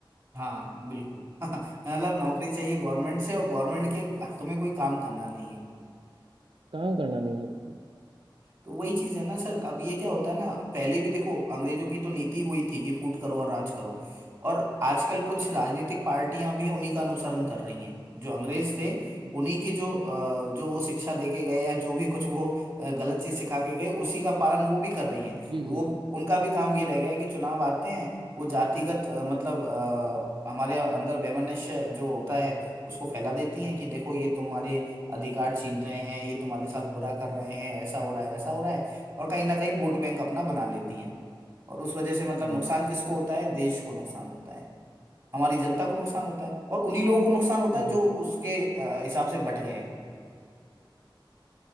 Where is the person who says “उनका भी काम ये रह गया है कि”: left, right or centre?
Right